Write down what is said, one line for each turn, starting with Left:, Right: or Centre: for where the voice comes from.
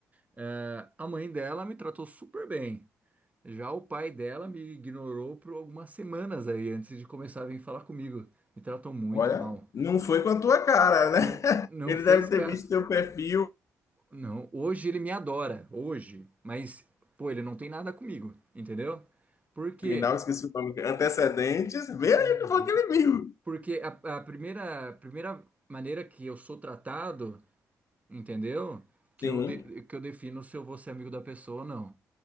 Right: É, a mãe dela me tratou super bem. Já o pai dela me ignorou por algumas semanas aí, antes de começar a vir falar comigo. Me tratou muito
Left: Olha,
Right: mal.
Left: não foi com a tua cara, né?
Right: Não,
Left: <laughs>
Right: não
Left: Ele
Right: fez
Left: deve ter
Right: caso.
Left: visto teu perfil
Right: Não, hoje ele me adora, hoje. Mas, pô, ele não tem nada comigo, entendeu? Por quê?
Left: criminal, esqueci o nome, antecedentes. Veja
Right: Uhum.
Left: o que foi aquele amigo.
Right: Porque a, a primeira, a primeira maneira que eu sou tratado, entendeu? Que
Left: Sim,
Right: eu, de- que eu defino se eu vou ser amigo da pessoa ou não.